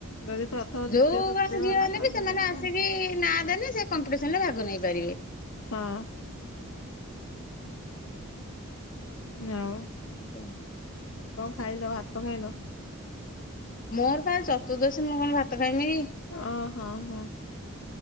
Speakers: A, on the left (about 75°); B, on the left (about 40°).
A: ଯଦି ପ୍ରଥମ ଦ୍ଵିତୀୟ
B: ଯୋଉମାନେ
A: ତୃତୀୟ ହେଲା
B: ଝିଅ ହେଲେ
A: ତାହେଲେ
B: ବି ସେମାନେ ଆସିକି
A: ଯାଇକି
B: ନା ଦେଲେ ସେ କମ୍ପିଟିସନ ରେ ଭାଗ ନେଇପାରିବେ।
A: ହଁ ଆଉ
B: ହୁଁ।
A: କଣ ଖାଇଲ ଭାତ ଖାଇଲ?
B: ମୋର ପା ଚତୁର୍ଦ୍ଦଶୀ ମୁଁ କଣ ଭାତ ଖାଇମିକି କି?
A: ଓ ହୋ ହୋ।